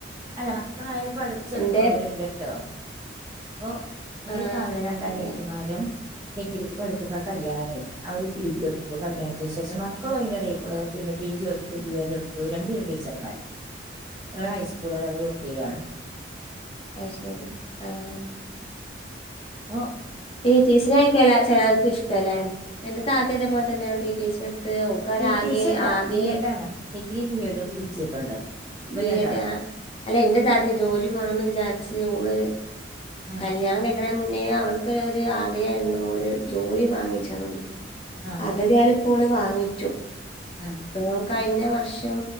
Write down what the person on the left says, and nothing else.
എന്റെ
ആഹ്
അതെ
അഹ് ശരി ആഹ്
ടീച്ചേസിനെ ആയിക്കല്ല ചിലവർക്ക് ഇഷ്ട അല്ലെ എന്റെ താത്തയിതെ പോലെ തന്നേ തന്നെ ടി ടി സി ത് ഓക്ക് ഒരാകെ
ആദ്യ
B
Ed‌ ആ അല്ല എന്റെ താത്ത ജോലി വേണംന്ന് വിചാരിച്ച് ഓള്
കല്യാണം കഴി കുറെ മുന്നേ അവൾക്ക് ഒരു ആഗ്രഹ ആരുന്നു ഒരു ജോലി വാങ്ങിച്ചണംന്ന്
അതേതാലും ഫോണ് വാങ്ങിച്ചു
പെങ്ങും കഴിഞ്ഞ വർഷം